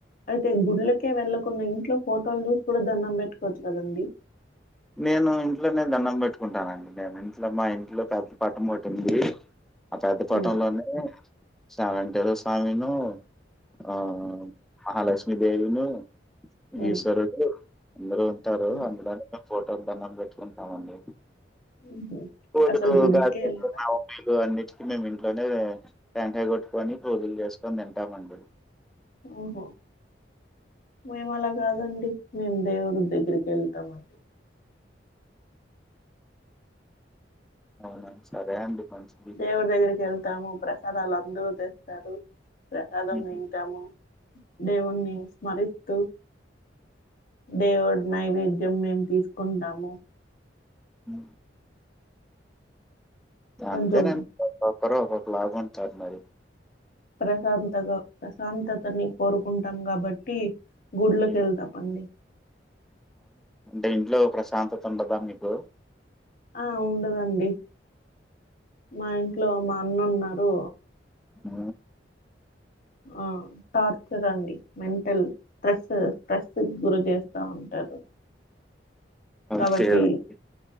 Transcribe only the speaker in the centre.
నేను ఇంట్లోనే దండం పెట్టుకుంటానండి నేను ఇంట్లో మా ఇంట్లో పెద్ద పటం పటింది ఆ పెద్ద పటంలోనే
సవెంటేర స్వామినూ ఆ మహాలక్ష్మీదేవినూ
ఈశ్వరుడు అందరు ఉంటారు
అందులోనే ఫోటోకు దండం పెట్టుకుంటామండి
కోడులు
గాజలు
నవమీలు అన్ని మేము ఇంట్లోనే టెంకాయ్ కొట్టుకొని పూజలు చేసుకొని తింటామండి
అవునా సరే అండి మంచిది
ఉమ్,
ఉ
అంతేనే ఒక్కొక్కరు ఒక్కొక్కలాగ ఉంటారు మరి
ఉమ్.
ఏ ఇంట్లో ప్రశాంతత ఉండదా మీకు
ఆ
ఓకే
ఓకె